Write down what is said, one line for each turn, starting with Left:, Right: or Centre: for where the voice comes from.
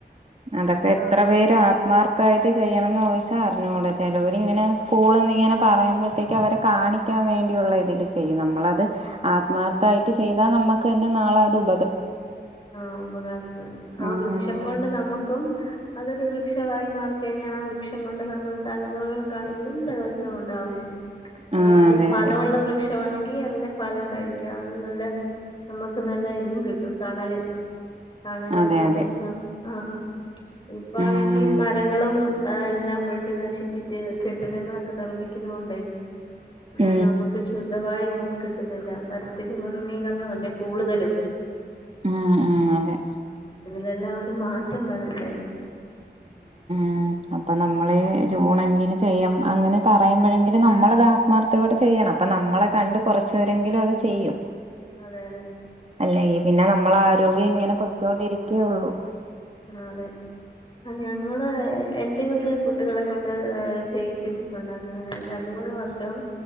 Right: അതൊക്കെ എത്ര
Left: ആഹ്
Right: പേരാ മർത്തായിട്ട് ചെയ്യണംന്നോയ്ച്ചാ അർഞ്ഞൂട ചെലോര്ങ്ങനെ സ്കൂള്ന്ന്ങ്ങനെ പറയുമ്പോഴത്തേക്കും അവരെ കാണിക്ക ക്ക്യാൻ വേണ്ടിയുള്ള ഇതിൽ ചെയ്യും നമ്മളത് ആത്മാർത്ഥായിട്ട് ചെയ്താ നമ്മക്കന്നെ നാളെ അത് ഉ
Left: ആഹ് ആഹ് ഉപകാരപ്പെടും ആ
Right: ഉം
Left: വൃക്ഷം കൊണ്ട് നമ്മുക്കും അതൊരു വൃക്ഷമായി മാറി കഴിഞ്ഞാ ആ വൃക്ഷം കൊണ്ട് നമ്മൾ തലമുറകൾക്കാണെങ്കിലും പ്രയോ ജനമുണ്ടാവും. ഇഞ്
Right: ആ
Left: അത്
Right: അതെ
Left: ഫലമുള്ള
Right: അതെ
Left: വൃക്ഷമാണെങ്കി അതിനെ ഫലം കഴിക്കാം അത് നല്ല നമ്മക്ക് നല്ല ഇതും കിട്ടും തണല് തണല്
Right: അതെ
Left: അതീന്ന്
Right: അതെ
Left: ആഹ ഇപ്പാണെങ്കി
Right: ഉം
Left: മരങ്ങളും എല്ലാം വെട്ടി നശിപ്പിച്ച് കെ ട്ടിടങ്ങളൊക്കെ നിർമ്മിക്കുന്ന കൊണ്ടെ ഏഹ്
Right: ഉം
Left: നമുക്ക് ശുദ്ധവായു ഒന്നും കിട്ടുന്നില്ല. പരിസ്ഥിതി മലിനീകരണമല്ലേ കൂടുതലും.
Right: ആഹ് ആഹ് അതെ.
Left: ഇതിലെല്ലാം ഒരും മാറ്റം വരണ്ടെ.
Right: ഉം. അപ്പൊ നമ്മള് ജൂൺ അഞ്ചിന് ചെയ്യും അങ്ങനെ പറയുമ്പഴെങ്കിലും നമ്മളത് ആത്മാർ ത്തോടെ ചെയ്യണം. അപ്പം നമ്മളെ കണ്ട് കുറച്ച് പേരെങ്കിലും അത് ചെയ്യും.
Left: അതെ അതെ.
Right: അല്ലെങ്കി പിന്നെ നമ്മളാരോഗ്യം ഇങ്ങനെ പൊയ്ക്കോണ്ടിരിക്ക്യേയുള്ളു.
Left: ആഹ് അതെ. അഹ് ഞങ്ങള് എന്റെ വീട്ടില് കുട്ടികളെ കൊണ്ട് ഏഹ് ചെയ്യിപ്പിച്ചിട്ടുണ്ട് അങ്ങനെ ആഹ് രണ്ട് മൂന്ന് വർഷം